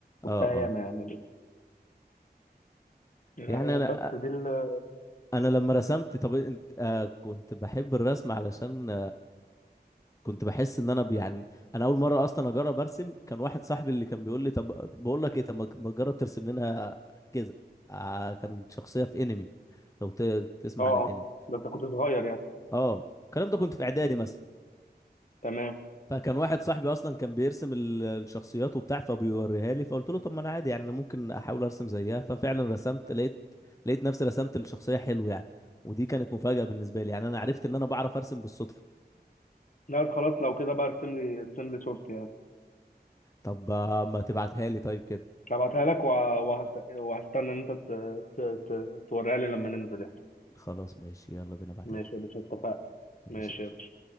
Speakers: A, on the left; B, on the left.
A: شفتها
B: اه
A: ياما
B: اه
A: يعني آه،
B: يعني انا
A: بس دي ال اه
B: انا لما رسمت طب انت آه كنت بحب الرسم علشان كنت بحس ان انا ب- يعني انا اول مره اصلا اجرب ارسم كان واحد صاحبي اللي كان بيقول لي طب بقول لك ايه طب ما ما تجرب ترسم لنا كذا آه كان شخصيه في انمي لو ت- تسمع
A: اه
B: عن الانمي
A: ده انت كنت صغير يعني
B: اه الكلام ده كنت في اعدادي
A: مم.
B: مثلا
A: تمام
B: فكان واحد صاحبي اصلا كان بيرسم ال- الشخصيات وبتاع فبيوريها لي فقلت له طب ما انا عادي يعني أنا ممكن احاول ارسم زيها ففعلا رسمت لقيت لقيت نفسي رسمت الشخصيه حلو يعني ودي كانت مفاجاه بالنسبه لي يعني انا عرفت ان انا بعرف ارسم بالصدفه
A: لا خلاص لو كده بقى ارسم لي ارسم لي صورتي يعني
B: طب آه، ما تبعتها لي طيب كده
A: هبعتها لك وه... وه... وهستنى ان انت ت... ت... ت... توريها لي لما ننزل يعني
B: خلاص ماشي يلا بينا بعتها
A: ماشي
B: لي
A: يا باشا اتفقنا
B: ماشي
A: ماشي
B: يلا.
A: يا باشا